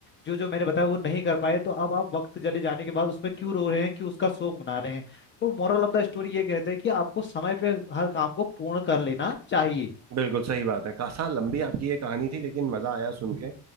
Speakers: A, on the left; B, on the right.
A: जो जो मैंने बताया वो नहीं कर पाए तो अब आप वक्त चले जाने के बाद उस पर क्यों रो रहे हैं क्यों उसका शोक मना रहे हैं तो मोरल ऑफ द स्टोरी ये कहते हैं कि आपको समय पे हर काम को पूर्ण कर लेना चाहिए
B: बिल्कुल सही बात है कासा लंबी आपकी ये कहानी थी लेकिन मजा आया सुन के